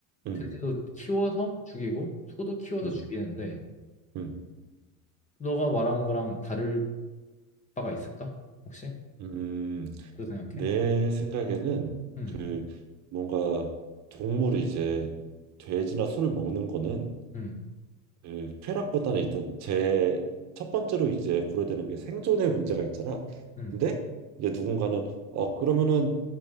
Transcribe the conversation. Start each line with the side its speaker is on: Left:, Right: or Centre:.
Right: 음.
Left: 돼지도 키워서 죽이고 소도 키워서
Right: 음,
Left: 죽이는데
Right: 음,
Left: 너가 말한 거랑 다를 바가 있을까? 혹시?
Right: 음,
Left: 그렇게 생각해?
Right: 내 생각에는
Left: 음,
Right: 그 뭔가 동물이 이제 돼지나 소를 먹는 거는
Left: 음,
Right: 그 쾌락보다는 일단 제 첫 번째로 이제 고려되는 게 생존의 문제가 있잖아.
Left: 음,
Right: 근데 이제 누군가는 어 그러면은